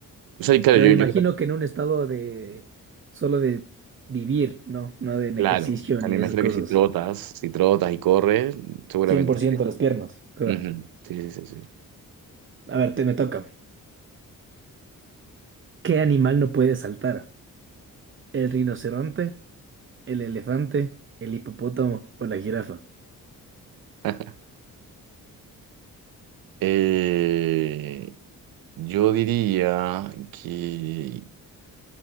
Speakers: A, on the right; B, on the right.
A: O sea, claro,
B: pero
A: yo,
B: me imagino
A: yo,
B: que en un estado de solo de vivir, ¿no? No de en
A: Claro,
B: ejercicio
A: o sea,
B: ni
A: me
B: de
A: imagino
B: esas cosas.
A: que si trotas, si trotas y corres, seguramente
B: 100%
A: sí.
B: las piernas. Ah,
A: Ujú, Sí, sí, sí. sí.
B: A ver, te me toca. ¿Qué animal no puede saltar? ¿El rinoceronte, el elefante, el hipopótamo o la jirafa?
A: <laughs> Eh, yo diría que...